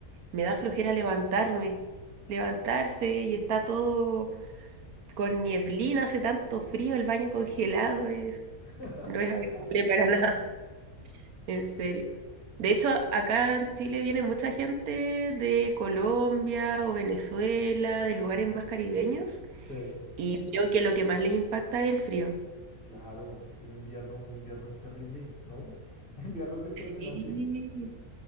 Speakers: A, on the right; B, on the left.
A: me da flojera levantarme, levantarse y está todo con nieblina, hace tanto frío, el baño congelado es,
B: <laughs>
A: no es agradable para <laughs> nada, en serio. De hecho, acá en Chile viene mucha gente de Colombia o Venezuela, de lugares más caribeños,
B: Sí,
A: y creo que lo que más les impacta es el frío.
B: claro, es que un invierno, un invierno es terrible, ¿no? <laughs> Un invierno es impresionante.
A: Sí,